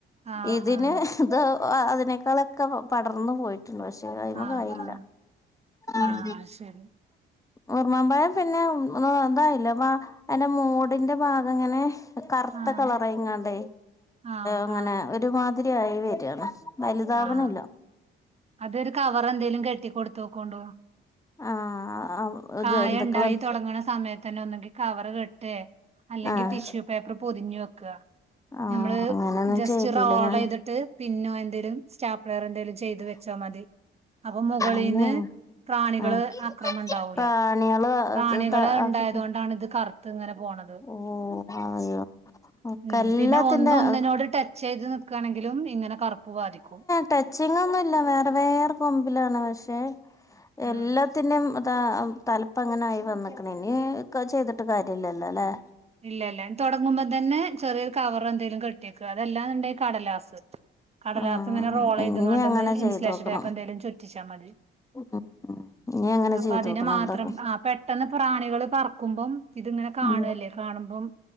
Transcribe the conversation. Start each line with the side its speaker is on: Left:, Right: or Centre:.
Right: ആഹ്
Left: ഇതിന്
Right: ആഹ്
Left: ത് അ അതിനേക്കാളൊക്കെ പ പടർന്ന് പോയി പക്ഷെ അത അയ്മെ
Right: ആഹ്
Left: കായില്ല
Right: ആഹ്
Left: ഊം
Right: ആഹ് ശരി
Left: ഉർമ്മാംപഴം പിന്നെ തായില്ല വാ അയ്ന്റെ മൂട്ന്റെ ഭാഗംങ്ങെനെ കർത്ത
Right: ആഹ്
Left: കളറായ്ങ്ങാണ്ടെ
Right: ആഹ്
Left: ഇങ്ങെനെ
Right: ആഹ്
Left: ഒരുമാതിരി ആയി വെരാണ് വല്താവണ്ല്ലാ
Right: ആഹ് അതൊരു കവറെന്തേലും കെട്ടി കൊട്ത്താേക്കോണ്ടൂ
Left: ആഹ്
Right: കായണ്ടായി
Left: ജന്തുക്കള്
Right: താെടങ്ങ്ണ സമയത്തെന്നെ ഒന്നെങ്കി കവറ് കെട്ടേ അല്ലെങ്കി
Left: ആഹ്
Right: ടിഷ്യൂ പേപ്പെറ് പൊതിഞ്ഞ് വെക്കാ
Left: ആഹ്
Right: ഞമ്മെള്
Left: അങ്ങനൊന്നും
Right: ജസ്റ്റ്
Left: ചെയ്തില്ല
Right: റോളെയ്ത്ട്ട്
Left: ഞാൻ
Right: പിന്നോ എന്തേലും സ്റ്റാപ്പ്ളെയറോ എന്തേലും ച്ചാ മതി അപ്പൊ മുകളീന്ന്
Left: അങ്ങനെയ
Right: പ്രാണികെള്
Left: ആഹ്
Right: ആക്രമണ്ടാവൂലാ
Left: പ്രാണികള്
Right: പ്രാണികെള് ഇണ്ടായതോണ്ടാണ്ത്
Left: ആക്കിട്ട്
Right: കറ് ത്ത്ങ്ങെനെ പോണത്
Left: ഓഹ് അയ്യോ ഒക്കെ
Right: ഉം
Left: എല്ലാത്തിന്റെ
Right: പിന്നെ ഒന്ന് ഒന്ന്നോട് ടെ ച്ചെയ്ത് നിക്കാണെങ്കിലും ഇങ്ങെനെ കറുപ്പ് ബാധിക്കും
Left: ടെച്ചിങ്ങാന്നുല്ല വേറെ വേറെ കൊമ്പിലാണ് പക്ഷേ
Right: ഉം
Left: എല്ലാത്തിനും തലപ്പ അങ്ങനെ ആ വന്നിക്കണ ഇനി ചെയ്തിട്ട് കാര്യല്ലല്ലോ അല്ലേ
Right: ഇല്ല ഇല്ല തുടങ്ങുമ്പോ തന്നെ ചെറിയരു കവർ എന്തെങ്കിലും കെട്ടിയേക്കും അതെല്ലാന്നുണ്ടായി കടലാസ് കടലാസ്
Left: ഉം
Right: ഇങ്ങനെ റോൾ ചെയ്ത
Left: ഇനി
Right: കൊണ്ടന്ന്
Left: അങ്ങനെ
Right: ഇൻസലേഷൻടപ്പ
Left: ചെയ്ത് നോക്കണം
Right: എന്തെലും ചൊറ്റിച്ചാൽ മതി
Left: ഉം ഉം ഇനി അങ്ങനെ
Right: അപ്പൊ
Left: ചെയ്ത്
Right: അതിനെ
Left: നോക്കണം
Right: മാത്രം
Left: എന്താക്കും
Right: ആഹ് പേ പെട്ടെന്ന് പ്രാണികള് പറക്കുമ്പം ഇതിങ്ങനെ കാണുവല്ലേ
Left: ഉം
Right: കാണുമ്പം